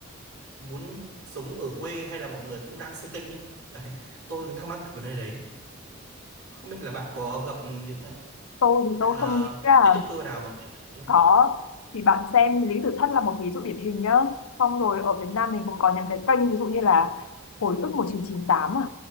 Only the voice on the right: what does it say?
muốn sống ở quê hay là mọi người cũng đang xây kênh ấy <laughs> đấy tôi cũng thắc mắc cái vấn đề đấy không biết là bạn có gặp những
ờ,
TikToker nào mà kiểu như thế không?